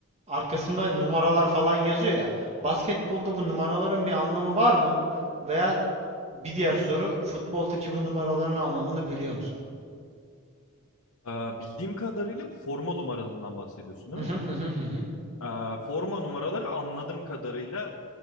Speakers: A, on the right; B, on the left.
A: arkasında numaralar falan yazıyor ya. Basketbolda bu numaraların bir anlamı var mı? Veya bir diğer soru futboldaki bu numaraların anlamını biliyor musun?
B: Ee, bildiğim kadarıyla bu forma numaralarından bahsediyorsun değil
A: <laughs>
B: mi? Ee, forma numaraları anladığım kadarıyla